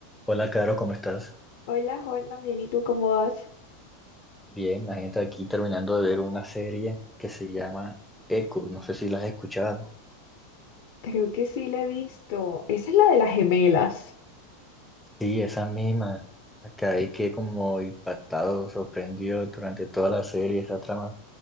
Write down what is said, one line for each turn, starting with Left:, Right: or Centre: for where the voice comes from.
Centre: Hola, Caro, ¿cómo estás?
Left: Hola, Holman, bien, ¿y tú cómo vas?
Centre: Bien, imagínate aquí terminando de ver una serie que se llama Echo, no sé si la has escuchado.
Left: Creo que sí la he visto. Esa es la de las gemelas.
Centre: Sí, esa misma. Acabé que como impactado, sorprendido durante toda la serie, esa trama.